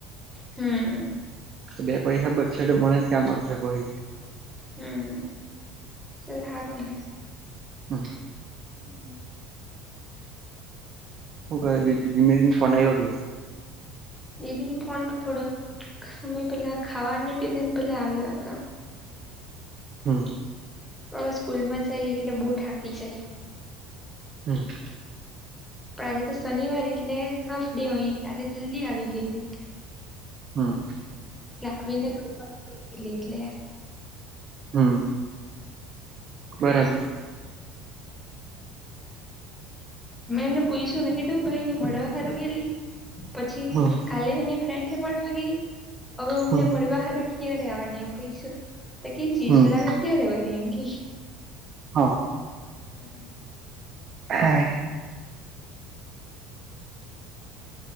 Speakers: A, in the centre; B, on the right.
A: હમ્મ
B: બે પૈસા બચશે તો મને જ કામ આવશે ભહી
A: હમ ચલ હારુંને
B: હ
A: હમ્મ
B: હું કહી જીમ પનાઈવ કે
A: દીદીન ફોન થોડોક સમય પેલા ખાવાની ડિઝાઇન પેલા આવેલા હતા.
B: હમ્મ
A: અ સ્કૂલમાં જાય એટલે બહુ થઠાકી જાય.
B: હમ્મ
A: પણ આજે તો શનિવાર એટલે હાફ ડે હોય એટલે આજે જલ્દી આવી ગયેલી
B: હમ્મ
A: એટલે આવીને એટલે
B: હમ બરાબર
A: મેં એને પૂછ્યું મેં કીધું ભાઈ ને મળવા હારું ગેલી પછી
B: હમ
A: કાલે એને ફ્રેન્ડ ને મળવા ગઈ હવે અમને
B: હમ
A: મળવા સારું ક્યા ર આવવાની એમ પૈસુ તો કે જીજ
B: હમ
A: લાવે ત્યારે વરી અ ક
B: હા
A: હમ્મ
B: હે